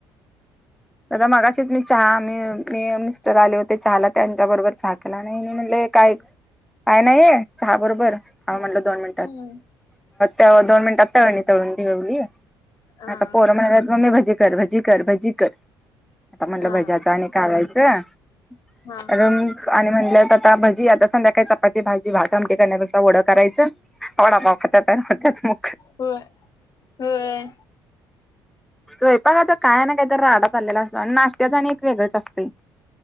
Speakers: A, in the centre; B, on the left.
A: दादा मगाशीच मी चहा म मी मिस्टर आले होते चहाला त्यांच्या बरोबर चहा केला आणि मी म्हणले. काय काय नाहीये चहा बरोबर हा म्हटलं दोन मिनट.
B: हम्म
A: दोड
B: हा
A: मिनटात तळनि तळुन देवली.
B: हा
A: आता पोरं म्हणा मग् मी भजी कर भजी कर भजी कर. आता म्हटलं
B: हा
A: भज्याच आणि खवायचं तर.
B: हा
A: आणि म्हणलं तर आता भजी आता संध्याकाय चपाती भाजी भाात आमटी करण्यापेक्षा वडं करायचं. वडापाव खता प हो मु
B: हो होय.
A: स्वयंपाक आता काय ना काही तर राडा पडलेला असतो आणि नाश्त्याच आणि एक वेगळंच असते.